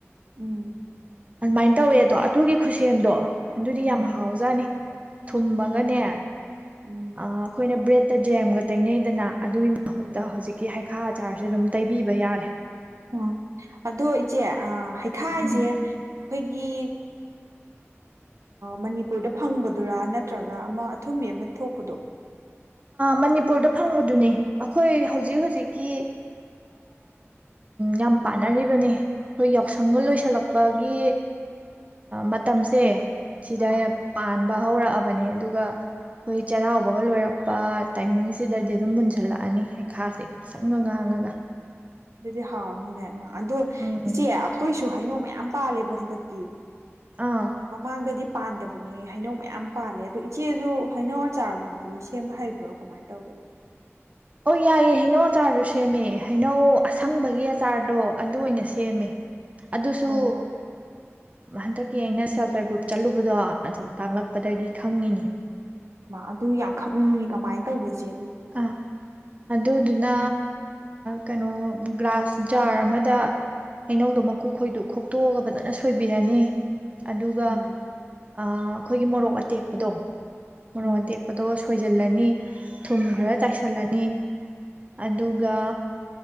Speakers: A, on the right; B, on the right.
A: ꯎꯝ
B: ꯑꯗꯨꯃꯥꯏꯅ ꯇꯧꯋꯦ ꯑꯗꯣ ꯑꯗꯨꯒꯤ ꯈꯨꯠꯁꯦꯝꯗꯣ ꯑꯗꯨꯗꯤ ꯌꯥꯝ
A: ꯎꯝ
B: ꯍꯥꯎꯖꯥꯅꯤ ꯊꯨꯝꯃꯒꯅꯦ ꯑꯩꯈꯣꯏꯅ
A: ꯎꯝ
B: ꯕ꯭ꯔꯦꯗꯠꯇ ꯖꯦꯝꯒ ꯇꯩꯅꯩꯅꯩꯗꯅ ꯑꯗꯨꯒꯤ ꯃꯍꯨꯠꯇ
A: ꯎꯝ
B: ꯍꯧꯖꯤꯛꯀꯤ ꯍꯥꯏ ꯥ ꯆꯥꯔꯁꯨꯦ ꯑꯗꯨꯝ ꯇꯩꯕꯤꯕ ꯌꯥꯔꯦ
A: ꯑꯣ ꯑꯗꯨ ꯏꯆꯦ ꯑ ꯍꯩꯈꯥꯁꯦ
B: ꯎꯝ
A: ꯑꯩꯈꯣꯏꯒꯤ ꯃꯅꯤꯄꯨꯔꯗ ꯐꯪꯕꯗꯨꯔꯥ ꯅꯠꯇ꯭ꯔꯒ ꯑꯃ ꯑꯊꯨꯝꯕꯤ ꯑꯃ ꯊꯣꯛꯄꯗꯣ
B: ꯃꯅꯤꯄꯨꯔꯗ ꯐꯪꯕꯗꯨꯅꯤ ꯑꯩꯈꯣꯏ ꯍꯧꯖꯤꯛ ꯍꯧꯖꯤꯛꯀꯤ ꯌꯥꯝ ꯄꯥꯅꯔꯤꯕꯅꯤ ꯑꯩꯈꯣꯏ ꯌꯥꯎꯁꯪꯒ ꯂꯣꯏꯁꯜꯂꯛꯄꯒꯤ ꯃꯇꯝꯁꯦ ꯁꯤꯗ
A: ꯑꯥ
B: ꯄꯥꯟꯕ ꯍꯧꯔꯛꯑꯕꯅꯦ ꯑꯗꯨ ꯑꯗꯨꯒ ꯑꯩꯈꯣꯏ ꯆꯩꯍꯥꯎꯕꯒ ꯂꯣꯏꯔꯛ ꯇꯥꯏꯃꯤꯡꯁꯤꯗꯗꯤ ꯑꯗꯨꯝ ꯃꯨꯟꯖꯜꯂꯛꯑꯅꯤ ꯍꯩꯈꯥꯁꯦ ꯉꯁꯪ ꯉ ꯉꯥꯡꯉꯒ
A: ꯑꯗꯨꯗꯤ ꯍꯥꯎꯔꯅꯤꯅꯦ ꯃꯥ ꯑꯗꯣ
B: ꯎꯝ
A: ꯏꯆꯦ ꯑꯩꯈꯣꯏ ꯁꯨ ꯍꯩꯅꯧ ꯃꯌꯥꯝ ꯄꯥꯜꯂꯦꯕ ꯍꯟꯗꯛꯇꯤ
B: ꯑꯥ
A: ꯃꯃꯥꯡꯒꯗꯤ ꯄꯥꯟꯗꯕꯅꯦ ꯍꯩꯅꯧ ꯃꯌꯥꯝ ꯄꯥꯜꯂꯦ ꯑꯗꯨꯗꯣ ꯏꯆꯦꯁꯨ ꯍꯩꯅꯧ ꯑꯆꯥꯔꯒꯨꯝꯕꯗꯤ ꯁꯦꯝꯕ ꯍꯩꯕ꯭ꯔꯣ ꯀꯃꯥꯏꯅ ꯇꯧꯒꯦ
B: ꯑꯣ ꯌꯥꯏꯌꯦ ꯍꯩꯅꯧ ꯑꯆꯥꯔꯁꯨ ꯁꯦꯝꯃꯦ ꯍꯩꯅꯧ ꯑꯁꯪꯕꯒꯤ ꯑꯆꯥꯔꯗꯣ ꯑꯗꯨ ꯑꯣꯏꯅ ꯁꯦꯝꯃꯦ ꯑꯗꯨꯁꯨ
A: ꯑꯣ
B: ꯍꯟꯗꯛ ꯀ ꯑꯩꯅ ꯁꯦꯜꯞ ꯍꯦꯜꯞ ꯒ꯭ꯔꯨꯞ ꯆꯠꯂꯨꯕꯗꯣ ꯑꯗꯨꯗ ꯇꯥꯛꯂꯛꯄꯗꯒꯤ ꯈꯪꯉꯤꯅꯤ
A: ꯑꯗꯨ ꯌꯥꯝ ꯈꯪꯅꯤꯡꯉꯤ ꯀꯃꯥꯏꯅ ꯇꯧꯒꯁꯦ
B: ꯑ ꯑꯗꯨꯗꯨꯅ ꯀꯩꯅꯣ ꯒ꯭ꯂꯥꯁ ꯖꯥꯔ ꯑꯃꯗ ꯍꯩꯅꯧꯗꯣ ꯃꯀꯨꯈꯣꯏꯗꯣ ꯈꯣꯛꯇꯣꯛꯑꯒ ꯐꯖꯅ ꯁꯣꯏꯕꯤꯔꯅꯤ ꯑꯗꯨꯒ
A: ꯎꯝ
B: ꯑꯩꯈꯣꯏꯒꯤ ꯃꯣꯔꯣꯛ ꯑꯇꯦꯛꯄꯗꯣ ꯃꫭꯔꫭꯛ
A: ꯎꯝ
B: ꯑꯇꯦꯄꯗꯥ ꯁꯣꯏ ꯂꯅꯤ ꯊꯨꯝ ꯈꯔ
A: ꯎꯝ
B: ꯆꯥꯏꯁꯤꯜꯂꯅꯤ ꯑꯗꯨꯒ